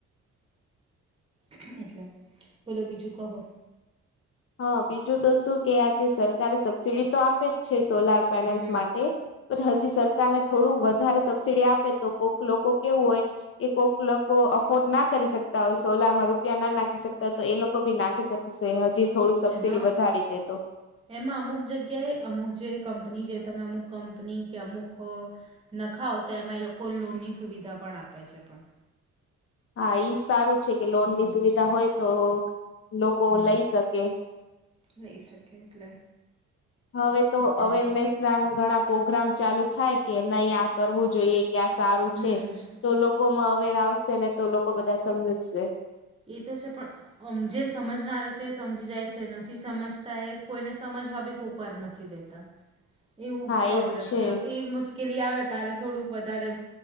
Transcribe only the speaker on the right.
હ એટલે બોલો બીજું કહો.
હમ
એમાં
એમાં અમુક જગ્યાએ અમુક જે કંપની જે તમે અમુક કંપની કે અમુક નખાવઓ તો એમાં એ લોકો લોનની સુવિધા પણ આપે છે પણ.
એવું
બી છે
હમ
લઈ શકે એટલે.
અત્યારે
તો
હમ
એ તો છે પણ મ જે સમજનાર છે સમજી જાય છે નથી સમજતા એ કોઈને સમજવા બી કોક વાર નથી દેતા. એવું
પ્રોબ્લેમ
એ મુ કેલી આવે ત્યારે થોડુંક વધારે